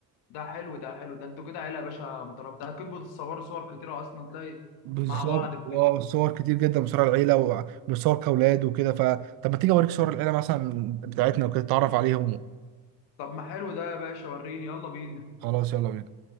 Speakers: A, on the left; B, on the right.
A: ده حلو ده حلو ده انتوا كده عيلة يا باشا مترابطة أكيد بتتصوروا صور كتيرة أصلا تلاقي
B: بالظبط
A: مع بعض وكده
B: اه صور كتير جدا بصور العيلة وبصور كأولاد وكده ف طب ما تيجي اوريك صور العيلة مثلا بتاعتنا وكده تتعرف عليهم
A: طب ما حلو ده يا باشا وريني يلا بينا
B: خلاص يلا بينا